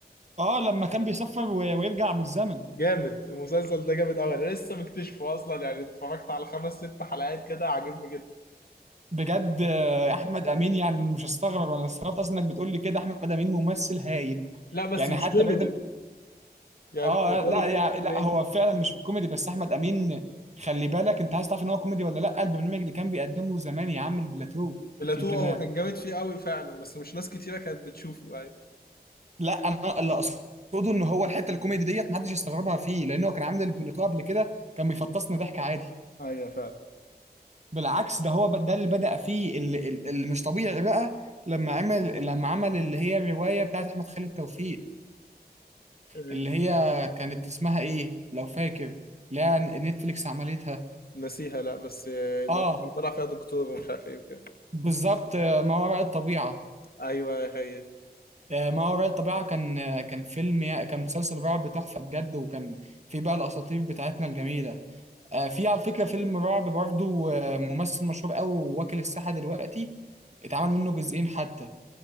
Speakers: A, on the right; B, on the left.
A: اه لما كان بيسافر و... ويرجع بالزمن
B: جامد المسلسل ده جامد قوي انا لسه مكتشفه اصلا يعني اتفرجت على خمس ست حلقات كده عاجبني جدا
A: بجد آه، احمد امين يعني مش هستغرب انا استغربت اصلا انك بتقول لي كده احمد امين ممثل هايل
B: لا بس
A: يعني
B: مش
A: حتى
B: كوميدي
A: بعيدا
B: يعني
A: اه
B: اللي
A: لا
B: هو كوميدي
A: يعني لا هو
B: إيه؟
A: فعلا مش كوميدي بس احمد امين خلي بالك انت عايز تعرف ان هو كوميدي ولا لا البرنامج اللي كان بيقدمه زمان يا عم البلاتو
B: بلاتو
A: انت نا...
B: هو كان جامد فيه قوي فعلا بس مش ناس كتيره كانت بتشوفه يعني
A: لا انا اللي اقصده ان هو الحته الكوميدي ديت محدش يستغربها فيه لان هو كان عامل البلاتو قبل كده كان بيفطسنا ضحك عادي
B: ايوه فعلا
A: بالعكس ده هو ب- ده اللي بدأ فيه اللي, اللي اللي مش طبيعي بقى لما عمل لما عمل اللي هي الروايه بتاعت احمد خالد توفيق
B: إيه.
A: اللي هي كانت اسمها ايه لو فاكر لا نتفليكس عملتها
B: نسيها لا بس
A: اه
B: لو كان طلع فيها دكتور ومش عارف ايه وكده
A: بالظبط آه، ما وراء الطبيعة
B: ايوه هي دي.
A: آه، ما وراء الطبيعة كان آه، كان فيلم يا- كان مسلسل رعب تحفة بجد وكان في بقى الأساطير بتاعتنا الجميلة آه، في على فكرة فيلم رعب برضو آه، ممثل مشهور أوي واكل الساحة دلوقتي اتعمل منه جزئين حتى